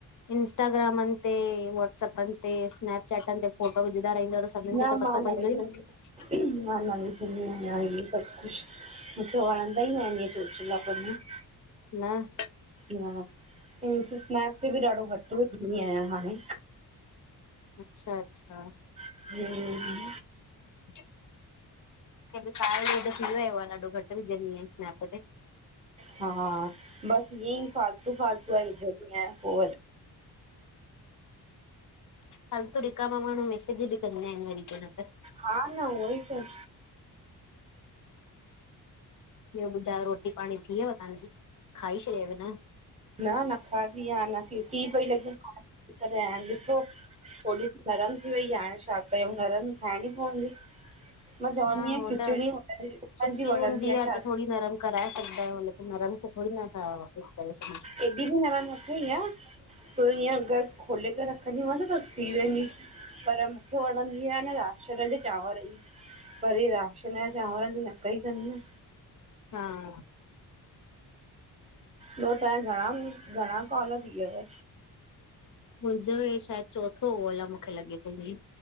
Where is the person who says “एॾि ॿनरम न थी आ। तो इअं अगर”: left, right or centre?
Right